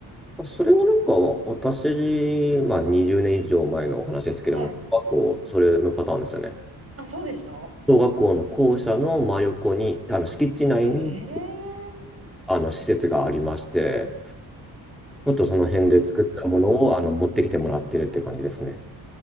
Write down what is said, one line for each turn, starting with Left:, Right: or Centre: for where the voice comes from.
Centre: あそれはなんか、私、まあ20年以上前の話ですけども、
Right: はい。
Centre: 小学校、それのパターンですよね。
Right: あ、そうでした
Centre: 小学校の校舎の真横に、あの敷地内に、
Right: え
Centre: あの施設がありまして、もっとその辺で作ったものをあの持ってきてもらってるって感じですね。